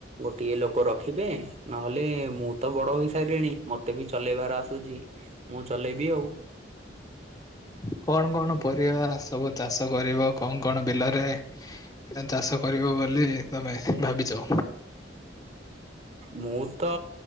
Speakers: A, on the right; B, on the left.
A: ଗୋଟିଏ ଲୋକ ରଖିବେ ନହେଲେ ମୁଁ ତ ବଡ ହୋଇସାଇଲିଣି ମତେ ବି ଚଲେଇବାର ଆସୁଚି ମୁଁ ଚଲେଇବି ଆଉ।
B: କଣ କଣ ପରିବା ସବୁ ଚାଷ କରିବ କଁ କଣ ବିଲରେ। ଆଁ ଚାଷ କରିବ ବୋଲି ତମେ ଭାବିଚ।
A: ମୁଁ ତ